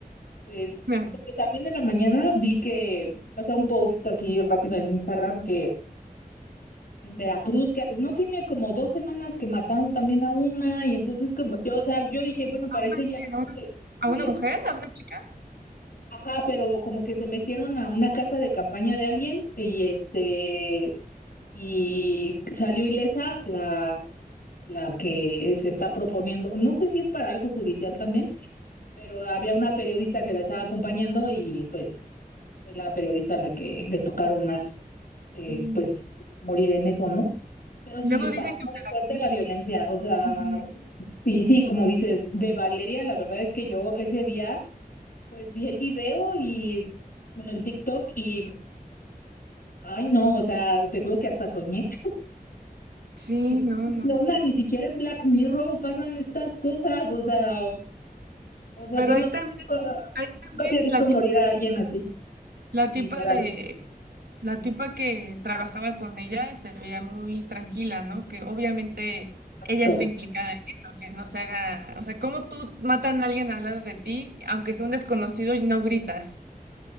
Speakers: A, on the left; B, on the right.
A: pues
B: Mira,
A: porque también en la mañana vi que, o sea, un post así rápido en Instagram que en Veracruz, que no tiene como dos semanas que mataron también a una, y entonces como, yo, o sea, yo dije, bueno, parece
B: ¿A una,
A: ya
B: qui- a una,
A: que sí
B: a una
A: es,
B: mujer? ¿A una chica?
A: ajá, pero como que se metieron a una casa de campaña de alguien y este, y salió ilesa la... la que se está proponiendo, no sé si es para algo judicial también, pero había una periodista que la estaba acompañando y pues fue la periodista a la que le tocaron más, eh,
B: Y
A: pues morir en eso, ¿no? Pero sí,
B: Luego
A: está
B: dicen que
A: muy
B: en Veracruz.
A: fuerte la violencia, o sea,
B: ujú,
A: y sí, como dices, de Valeria, la verdad es que yo ese día, pues vi el video y, bueno, el TikTok y, ay no, o sea, te juro que hasta soñé,
B: Sí,
A: porque sí,
B: no,
A: ¿qué
B: no. no.
A: onda? Ni siquiera en Black Mirror pasan estas cosas, o sea, o sea,
B: Pero
A: bueno,
B: hay
A: sí,
B: también,
A: nunca
B: hay también
A: nunca había visto
B: la,
A: morir
B: tip-
A: a alguien así.
B: la
A: Literal.
B: tipa de La tipa que trabajaba con ella se veía muy tranquila, ¿no? Que obviamente
A: Exacto.
B: ella está implicada en eso, que no se haga, o sea, ¿cómo tú matan a alguien al lado de ti, aunque sea un desconocido y no gritas?